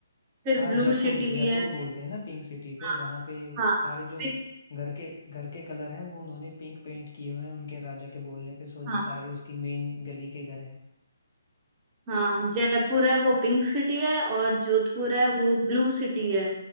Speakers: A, on the right; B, on the left.
A: फिर
B: हाँ
A: ब्लू
B: जयपुर
A: सिटी
B: जयपुर
A: भी है
B: बोलते हैं ना पिंक सिटी को
A: हाँ
B: वहाँ पे
A: हाँ
B: सारे जो
A: pink-
B: घर के घर के कलर हैं वो उन्होंने पिंक पेंट किए हुए हैं उनके राजा के बोलने पे सो
A: हाँ
B: जो सारे उसकी मेन गली के घर हैं
A: हाँ जयपुर है वो पिंक सिटी है और जोधपुर है वो ब्लू सिटी है